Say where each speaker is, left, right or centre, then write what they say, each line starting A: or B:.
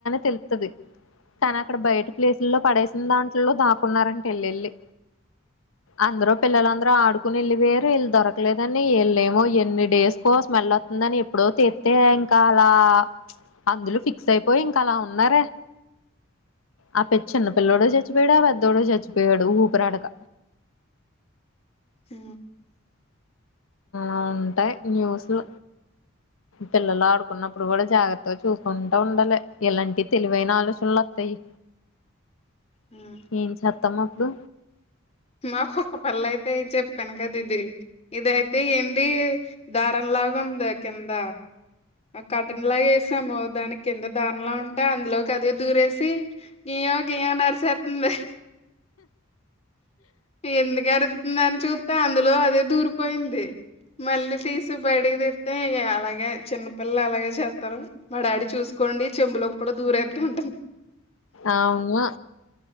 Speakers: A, on the left; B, on the left.
A: తెలుతుంది తను అక్కడ బయట ప్లేసుల్లో పడేసిన దాంట్లో దాకున్నారంట వెళ్ల్లిిళ్ళి అందరు పిల్లలందర ఆడుకుని వెళ్ళి వేయరు వల్ళు దొరకలేదని వళ్ళమో ఎన్ని డేస్కో స్మెల్ అతుందని ఎప్పుడో తెత్తే ఇంకా అలా అందులో ఫిక్స్ అయిపో పోయింకాాలా ఉన్నారే ఆ పెచ్చన్న పిల్లోడ చచ్చిపోడావాద్ద ోడు చచ్చిపోయాడు ఊపురా అడక
B: ఆ
A: ఆ ఉంటాయి న్యూస్లు పిల్లలు ఆడుకున్నప్పుడు కూడా జాగ్రత్తగా చూసుకుంటా ఉండాలి ఇలాంటివి తెలివైన ఆలోచనలు వస్తాయి
B: హ్మ్
A: ఏం చెత్తమ్మా డు
B: మాకుఒక పళ్ళ అయితే చెప్పాను కదా ఇది ఇదయితే ఏంటి దారంలాగా ంద కింద కటన్ లాగ వేసాము దానికి ఎంత దానలో ఉంటే అందులోకి అది దూరేసి ఈయోగయ నరిచేస్తుంది ఎందుకు అరుతుందని చూస్తే అందులో అదే దూరి పోయింది ది మళ్ళీ తీస్ సి బయటికి తీస్తే ఇగ అలాగే చిన్నపిల్లలు అలాగే చేస్తారు, మా డాడీ చూసుకోండి చెంబులోకి కూడా దూరదు అంటం
A: అవును